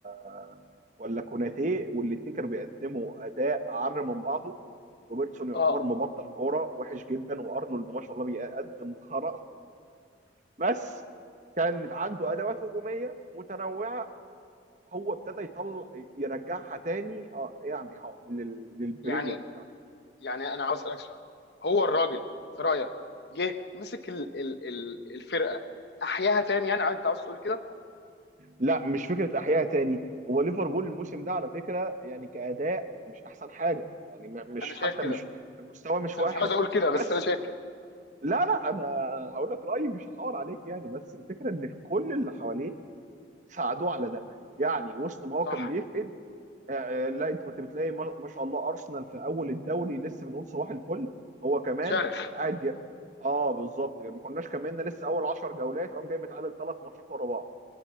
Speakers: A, on the right (about 40°); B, on the left (about 65°).
A: آه، ولا كوناتي والاثنين كانوا بيقدموا اداء عر من بعضه روبرتسون يعتبر
B: اه
A: مبطل كوره وحش جدا وارنولد ما شاء الله بيقدم خرا بس كانت عنده ادوات هجوميه متنوعه هو ابتدى يطلع يرجعها تاني آه، يعني ه- لل- للبريميوم
B: يعني
A: بتاعها
B: يعني انا عاوز اسالك سؤال هو الراجل في رايك جه مسك ال ال ال الفرقه احياها تاني يعني انت عاوز تقول كده
A: لا مش فكره احياء تاني هو ليفربول الموسم ده على فكره يعني كاداء مش احسن حاجه يعني م- مش
B: انا شايف
A: حتى
B: كده
A: مش المستوى مش
B: انا
A: واحد
B: مش عاوز اقول كده
A: بس
B: بس انا شايف كده
A: لا لا انا هقول لك رايي مش هحاور عليك يعني بس الفكره ان في كل اللي حواليه ساعدوه على ده يعني وسط ما هو
B: صح
A: كان بيفقد آه، آه، لا انت كنت بتلاقي ما ما شاء الله ارسنال في اول الدوري لسه بنقول صباح الفل هو كمان
B: شرخ
A: قاعد ي... اه بالظبط يعني ما كناش كملنا لسه اول 10 جولات وقام جاي متعادل ثلاث ماتشات ورا بعض